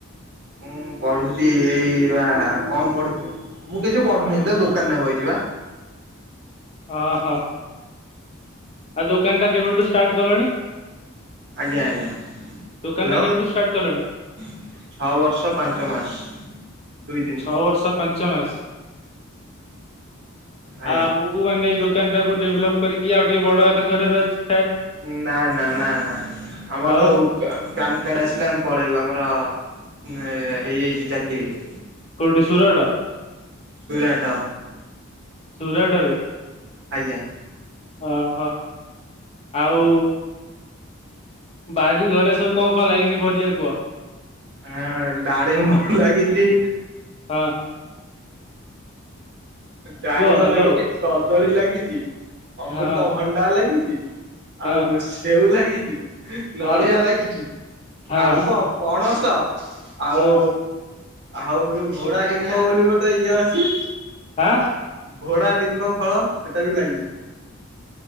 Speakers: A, on the right; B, on the left.
A: ମୁଁ ପଢୁଛି ଏଇ ବା କଣ ପଢୁଛି? ମୁଁ କିଛି କରୁନି ପା ଦୋକାନରେ ବଇଚି ପା।
B: ଓ ହୋ । ଆଉ ଦୋକାନ ଟା କେବେଠୁ ଷ୍ଟାର୍ଟ କଲଣି?
A: ଆଜ୍ଞା ଆଜ୍ଞା ହାଲୋ
B: ଦୋକାନ ଟା କେବେଠୁ
A: ।
B: ଷ୍ଟାର୍ଟ କଲଣି?
A: ଛଅ ବର୍ଷ ପାଞ୍ଚ ମାସ ଦୁଇ ଦିନ
B: ଛଅ ବର୍ଷ ପାଞ୍ଚ ମାସ
A: ଆଜ୍ଞା
B: ଆଉ ଆଗକୁ ମାନେ ଏଇ ଦୋକାନ ଟାକୁ ଡେଭ୍ ଲପ୍ କରିକି ଆଉ ଟିକେ ବଡ ଆକାରରେ କରିବାର ଅଛି
A: ନା ନା ନା ନା ଆମର
B: ଆଉ
A: ଯୋଉ ପା-ପ୍ୟାନ୍ କାର୍ଡ ଆସିଲେ ଆମେ ପଳେଇବୁ ଆମର ନା ହେଇଯାଇଛି ଚାକିରି ।
B: କଉଠି ସୁରାଟ?
A: ସୁରାଟ
B: ସୁରାଟ ରେ
A: ଆଜ୍ଞା।
B: ଓହୋ ଆଉ ବାରି ଘରେ ସବୁ କଣ କଣ ଲାଗିଚି ପରିବା କୁହ?
A: ହଁ ଡାଳିମ୍ବ ଲାଗିଚି।
B: ହଁ
A: ଡାଳିମ୍ବ
B: କୁହ ହ୍ୟାଲୋ
A: ଲାଗିଚି, କଦଳି ଲାଗିଚି, ଅମ୍ବୃତ
B: ହଁ।
A: ଭଣ୍ଡା ଲାଗିଚି।
B: ହଁ
A: ଆଉ ସେଉ ଲାଗିଚି,
B: ହଁ
A: ନଡ଼ିଆ ଲାଗିଚି,
B: ହଁ
A: ଆମ୍ବ, ପଣସ ତ ଆଉ
B: ହଁ
A: ଆଉ ଯ ଘୋଡା ଡିମ୍ବ ବୋଲି ଗୋଟେ ଇଏ ଅଛି।
B: ଆଁ
A: ଘୋଡ଼ା ଡିମ୍ବ ଫଳ ସେଟା ବି ଲାଗିଚି।